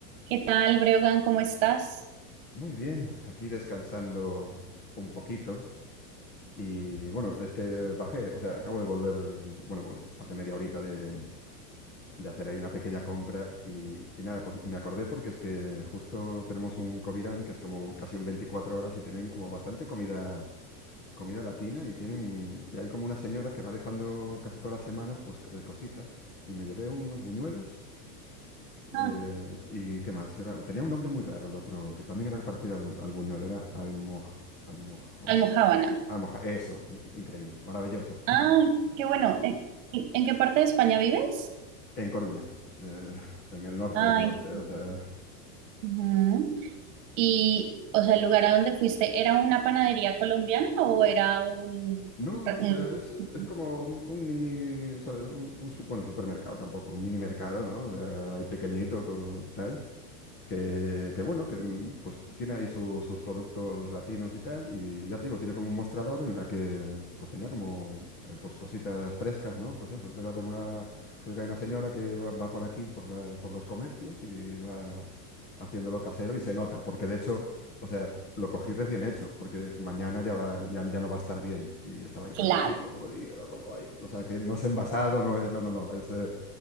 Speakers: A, on the right; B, on the left.
A: ¿Qué tal, Breogán? ¿Cómo estás?
B: Muy bien, aquí descansando un poquito. Y bueno, es que bajé, o sea, acabo de volver, bueno, bu- hace media horita de, de hacer ahí una pequeña compra y, y nada, pues me acordé porque es que justo tenemos un Covirán que es como casi un 24 horas y tienen como bastante comida, comida latina y tienen, y hay como una señora que va dejando casi todas las semanas pues eh, cositas y me llevé unos buñuelos
A: Ah,
B: eh, ¿y qué más? Era, tenía un nombre muy raro el otro, que también era parecido al, al Buñuel, era Almoj, Almojo,
A: Almojábana.
B: Almoja, eso, no, increíble, maravilloso.
A: Ah, qué bueno. ¿En, en- en qué parte de España vives?
B: En Coruña, eh, en el norte
A: Ah,
B: del norte,
A: en Colombia.
B: o sea...
A: Ujú. Y, o sea, el lugar a donde fuiste, ¿era una panadería colombiana o era un...
B: No, o
A: un-
B: sea, es, es como un, un mini, ¿sabes? Un, un su- bueno, supermercado tampoco, un mini mercado, ¿no? O sea, ahí pequeñito, con, tal. que, que bueno, que mm, pues tiene ahí su- sus productos latinos y tal, y ya te digo, tiene como un mostrador en la que pues tenía como eh, pues cositas frescas, ¿no? Pues eso, debe haber una, creo que hay una señora que va, va por aquí, por la- por los comercios y va haciéndolo casero y se nota, porque de hecho, o sea, lo cogí recién hecho, porque mañana ya va- ya, ya no va a estar bien y estaba ahí calentito
A: Claro,
B: y era como ahí, o sea, que no es envasado, no es, no, no, no, es, eh,